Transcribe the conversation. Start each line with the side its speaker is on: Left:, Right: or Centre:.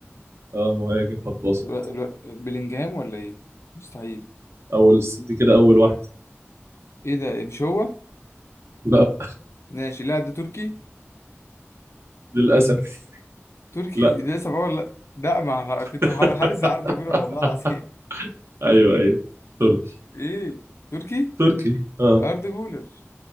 Right: اه مهاجم خط وسط
Left: و- و- بلينجهام ولا إيه؟ مستحيل
Right: اول دي كده اول واحده
Left: إيه ده إيه، مش هو؟
Right: لا
Left: ماشي اللاعب ده تركي
Right: للاسف
Left: تركي
Right: لا
Left: ده لسه بقول لا لا ما أنا كنت
Right: <laughs>
Left: هرزع أردا جولر والله العظيم
Right: ايوه ايوه تركي
Left: ايه تركي
Right: تركي اه
Left: ارض جولر